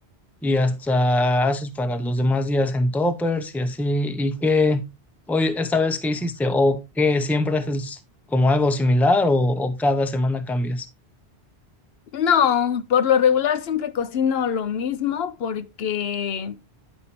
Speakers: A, in the centre; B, on the left (about 75°).
A: y hasta haces para los demás días en toppers y así. ¿Y qué hoy, esta vez qué hiciste? ¿O qué siempre haces como algo similar o, o cada semana cambias?
B: No, por lo regular siempre cocino lo mismo porque